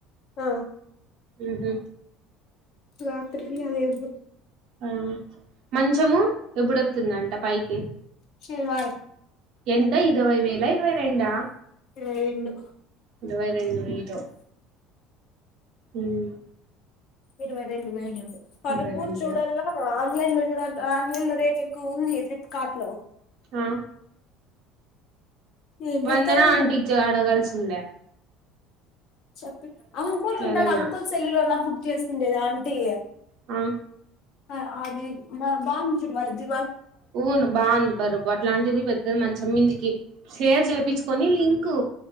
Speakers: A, on the left; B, on the right.
A: ఆ
B: ఉహ్మ్
A: రాత్రికి అదే అందొ
B: ఆ మంచము ఎప్పుడోతుందంట పైకి
A: శనివారం
B: ఎంత ఇరవై వేలా ఇరవై రెండా
A: ఇరవై రెండు
B: ఇరవై రెండు వేయిలు ఉమ్
A: ఇరవై రెండు వేయిలు పరుపు
B: ఇరవై రెండు
A: చూడల్లా
B: వే
A: ఆన్లైన్ ఆన్లైన్ లో రేట్ ఎక్కువ ఉంది ఫ్లిప్కార్ట్ లో
B: ఆ
A: ఏం చెత్తారో
B: వందనా ఆంటికి
A: ఏమో
B: జ అడగాల్సిందే
A: చెప్పి అంకుల్ ఉంటడు
B: ఏదన్నా
A: అంకుల్ సెల్లులోన బుక్ చేసిండేదా ఆంటీ
B: ఆ
A: ఆ అది బాగుంది చూడు వాళ్ళ జు
B: అవును బాగుంది పరుపు అట్లాంటిది పెద్దది మంచంమీందికి షేర్ చేపిచ్చుకొని లిం కు